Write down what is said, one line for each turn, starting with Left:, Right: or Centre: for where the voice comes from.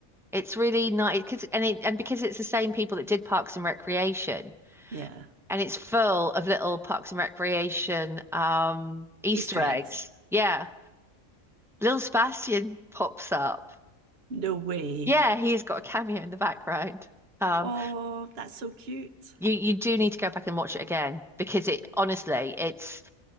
Centre: It's really nice because and it, and because it's the same people that did Parks and Recreation,
Right: Yeah.
Centre: and it's full of little Parks and Recreation um Easter
Right: Easter eggs.
Centre: eggs. Yeah, little Sebastian pops up.
Right: No way.
Centre: Yeah, he's got a cameo in the background. Um.
Right: Oh, that's so cute.
Centre: You you do need to go back and watch it again because it honestly it's